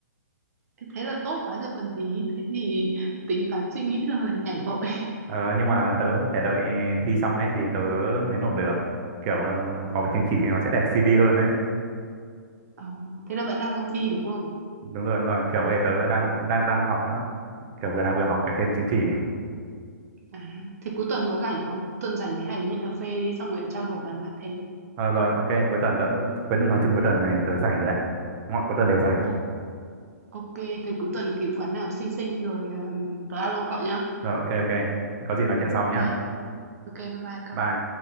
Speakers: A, on the right (about 60°); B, on the right (about 35°).
A: Thế thế là tốt quá rồi còn gì, thế thì tính toán suy nghĩ xong rồi nhảy vội. <laughs>
B: Ờ, nhưng mà tớ phải đợi thi xong ấy thì tớ mới nộp được kiểu ờ, có cái chứng chỉ thì nó sẽ đẹp CV hơn đấy
A: Ờ, thế là vẫn đang ôn thi đúng không?
B: đúng rồi đúng rồi kiểu bây giờ tớ đang đang đang học nữa kiểu vừa làm vừa học cái thêm chứng chỉ
A: À, thế cuối tuần có rảnh không? Cuối tuần rảnh thì hai đứa mình cà phê đi xong rồi trao đổi bàn bạc thêm.
B: Ờ rồi, ok, cuối tuần tớ, cuối, nói chung cuối tuần này tớ rảnh rồi đấy. Mọi cuối tuần đều rảnh.
A: Ô- Ok, thế cuối tuần kiếm quán nào xinh xinh rồi um, tớ alo cậu nhá.
B: Rồi, ok, ok. Thế Có gì nói chuyện sau
A: Ok,
B: nhá.
A: Ok bye bye cậu
B: Bye.